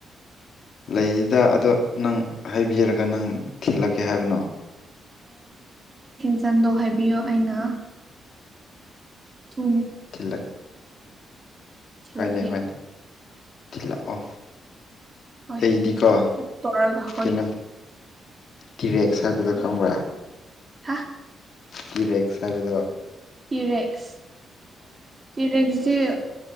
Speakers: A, on the left; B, on the right.
A: ꯂꯩ ꯁꯤꯗ ꯑꯗꯣ ꯅꯪ ꯍꯥꯏꯕꯤꯔꯔꯒ ꯅꯪ ꯊꯤꯜꯂꯛꯀꯦ ꯍꯥꯏꯕꯅꯣ
B: ꯆꯟꯗꯣ ꯍꯥꯏꯕꯤꯌꯣ ꯑꯩꯅ ꯊ
A: ꯊꯤꯜꯂꯛ
B: ꯏꯁꯂꯀꯦ
A: ꯍꯣꯏꯅꯦ ꯍꯣꯏꯅꯦ ꯊꯤꯜꯂꯛꯑꯣ
B: ꯍꯣꯏ
A: ꯑꯩꯗꯤꯀꯣ
B: ꯀꯨꯛ ꯇꯧꯔꯒ ꯍꯣꯏ
A: ꯀꯩꯅꯣ ꯀꯤ ꯔꯦꯛꯁꯔꯕꯤꯗ
B: ꯀꯔꯤ
A: ꯈꯪꯕ꯭ꯔꯥ
B: ꯍꯥ
A: ꯀꯤ ꯔꯦꯛꯦꯛ ꯁꯥꯕꯗꯣ
B: ꯇꯔꯦꯛꯁ ꯇꯔꯦꯛꯁꯁꯦ